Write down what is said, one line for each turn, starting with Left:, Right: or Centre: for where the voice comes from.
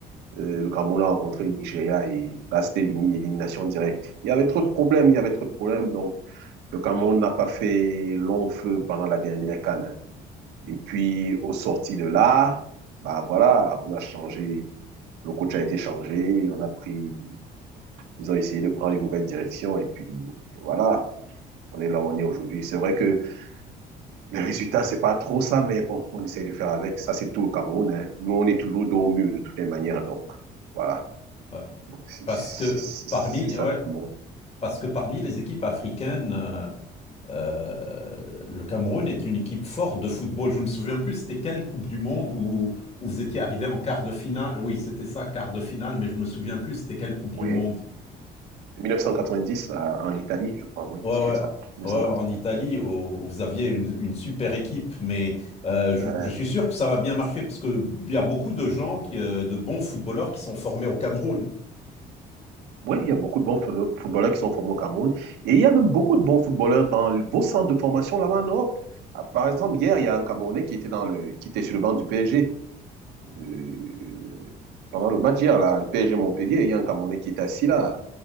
Right: Euh, le Cameroun a rencontré le Nigeria et là, c'était élimination directe. Il y avait trop de problèmes, il y avait trop de problèmes. Donc, le Cameroun n'a pas fait long feu pendant la dernière CAN. Et puis, au sorti de là, bah voilà, on a changé. Le coach a été changé. On a pris, ils ont essayé de prendre une nouvelle direction. Et puis, voilà, on est là où on est aujourd'hui. C'est vrai que les résultats, c'est pas trop ça, mais bon, on essaye de faire avec. Ça, c'est tout le Cameroun. hein. Nous, on est toujours dos au mur de toutes les manières. Donc, voilà.
Left: Ouais.
Right: C'est
Left: Parce
Right: c'est-
Left: que
Right: c'est
Left: parmi,
Right: ça
Left: ouais,
Right: le Cameroun.
Left: parce que parmi les équipes africaines, euh, euh, le Cameroun est une équipe forte de football. Je me souviens plus, c'était quelle Coupe du Monde où, où vous étiez arrivé en quart de finale? Oui, c'était ça, quart de finale, mais je me souviens plus, c'était quelle Coupe
Right: Oui.
Left: du Monde?
Right: 1990 à- en Italie, je crois, oui,
Left: Ouais,
Right: c'était
Left: ouais.
Right: ça. 1990.
Left: ouais, En Italie, où où vous aviez une, une super équipe, mais euh, je,
Right: Euh,
Left: je suis sûr que ça va bien marcher parce que il y a beaucoup de gens, qui, euh, de bons footballeurs qui sont formés au Cameroun.
Right: oui, il y a beaucoup de bons foot- footballeurs qui sont formés au Cameroun. Et il y a même beaucoup de bons footballeurs dans vos centres de formation là-bas en Europe. Ah, Par exemple, hier, il y a un Camerounais qui était, dans le, qui était sur le banc du PSG. Euh, pendant le match hier, là, le PSG Montpellier, il y a un Camerounais qui était assis là.